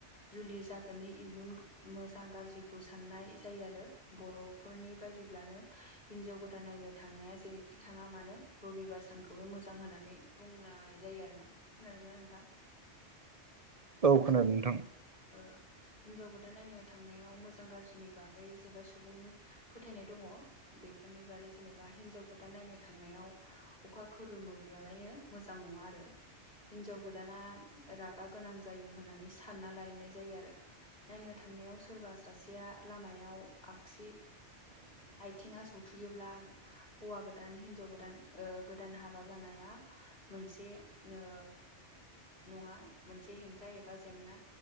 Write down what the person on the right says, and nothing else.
औ खोनादों नोंथां।
<inaudible>